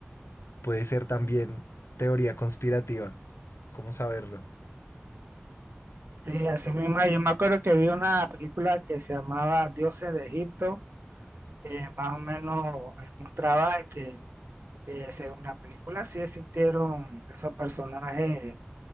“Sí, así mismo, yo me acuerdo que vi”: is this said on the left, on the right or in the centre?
Right